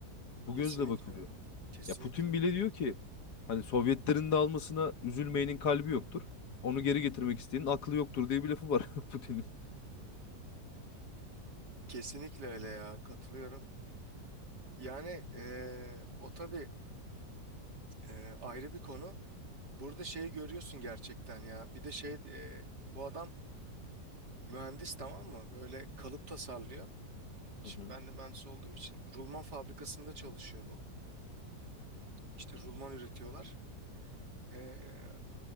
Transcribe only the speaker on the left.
Bu
gözle bakılıyor.
Ya Putin bile diyor ki hani Sovyetlerin de almasına üzülmeyenin kalbi yoktur. Onu geri getirmek isteyenin aklı yoktur diye bir lafı var <laughs> Putin'in.
Hı hı.